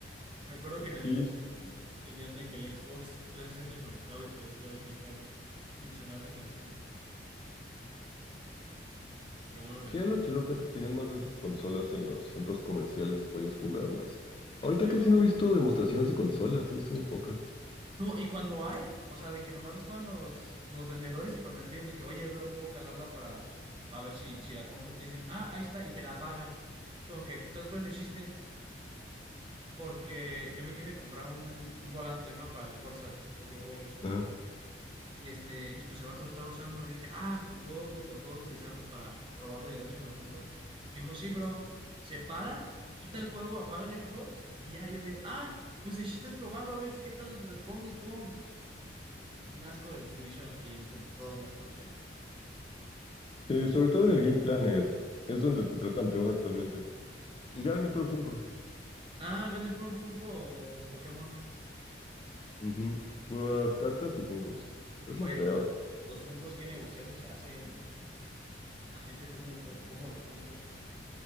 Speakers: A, on the right; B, on the left.
A: Me acuerdo
B: aunque
A: que en el
B: sí.
A: Liverpool tenían de que el Xbox trescientos sesenta conectado y podías jugar al FIFA y, y sonaba esa canción. Qué buenos recuerdos.
B: Sí, era lo chido que antes tenían más de esas consolas en los centros comerciales y podías jugar más.
A: Esto
B: Ahorita
A: está
B: casi no he visto demostraciones de consolas, he visto muy pocas.
A: No, y cuando hay, o sea, de que nomás los juegan los, los vendedores y cuando le pides de que, oye, bro, puedo calarla para pues, a ver si, si la compro, te dicen, ah, ahí está, y te la pagan. Es como que, pues, ¿tú sabes cuál es el chiste? Porque yo me quise comprar un, un volante, ¿no? Para el Forza, porque juego en Xbox.
B: Ajá.
A: Y este, y pues el vato lo estaba usando y dije, ah, lo puedo, lo puedo utilizar pues para probarlo y a ver si me lo compro. Me dijo, sí, bro, se para, quita el juego, apaga el Xbox y ya yo de, ah, pues el chiste es probarlo, a ver qué tal responde y todo. Un asco del servicio al cliente en todos lados ya.
B: Sí, sobre todo en el Game Planet, es donde te tratan peor actualmente. Y ya venden puro Funko.
A: Ah, venden por un Funko o Pokémon.
B: Ujú, Puras cartas y Funkos. Es
A: Oye,
B: lo feo.
A: pero los, los Funkos, qué negociazo se hace, ¿eh? La gente cómo, co- cómo los compra.